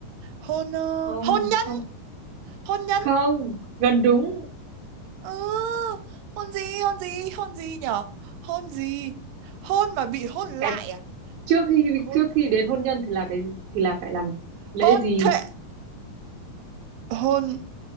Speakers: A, on the right; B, on the right.
A: hôn ờ,
B: Không,
A: hôn nhân
B: không,
A: hôn nhân
B: không. Gần đúng.
A: ừ, hôn gì hôn gì hôn gì nhở hôn gì hôn mà bị hôn lại
B: Cái
A: à
B: trước khi
A: hôn
B: trước khi đến hôn nhân thì là cái thì là phải làm lễ
A: hôn
B: gì?
A: thế hôn